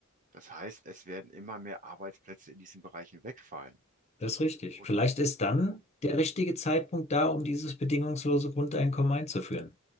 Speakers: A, on the right; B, on the left.
A: Das heißt, es werden immer mehr Arbeitsplätze in diesen Bereichen wegfallen.
B: Das ist richtig.
A: Und,
B: Vielleicht ist dann
A: und
B: der richtige Zeitpunkt da, um dieses bedingungslose Grundeinkommen einzuführen.